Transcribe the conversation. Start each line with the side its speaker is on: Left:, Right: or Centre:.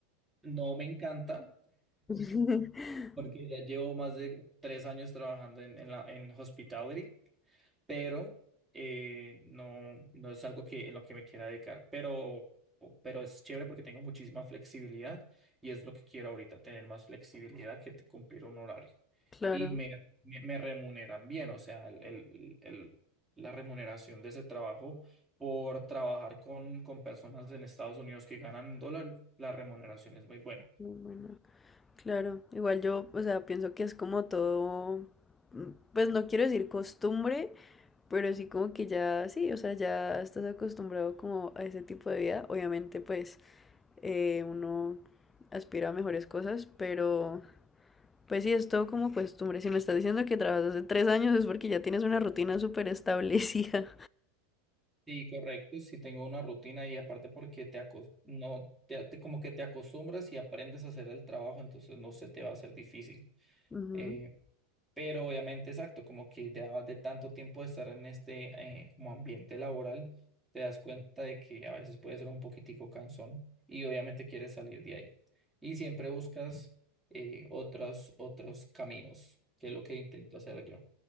Centre: No me encanta
Left: <laughs>
Centre: porque ya llevo más de tres años trabajando en, en la, en hospitality pero eh, no, no es algo que, en lo que me quiera dedicar, pero, pero es chévere porque tengo muchísima flexibilidad y es lo que quiero ahorita, tener más flexibilidad que te- cumplir un horario.
Left: Claro.
Centre: Y me, me, me remuneran bien, o sea, el, el- el- la remuneración de ese trabajo por trabajar con, con personas en Estados Unidos que ganan en dólares, la remuneración es muy buena.
Left: No, bueno, claro, igual yo, o sea, pienso que es como todo, mm, pues no quiero decir costumbre, pero sí como que ya, sí, o sea, ya estás acostumbrado como a ese tipo de vida. Obviamente, pues eh, uno aspira a mejores cosas, pero pues sí, es todo como costumbre. Si me estás diciendo que trabajas hace tres años es porque ya tienes una rutina súper establecida.
Centre: Sí, correcto, sí tengo una rutina y aparte porque te acos- no te, te- como que te acostumbras y aprendes a hacer el trabajo, entonces no se te va a hacer difícil.
Left: <laughs>
Centre: Eh, pero obviamente, exacto, como que ya de tanto tiempo de estar en este eh, como ambiente laboral, te das cuenta de que a veces puede ser un poquitico cansón y obviamente quieres salir de ahí. Y siempre buscas eh, otros, otros caminos, que es lo que intento hacer yo.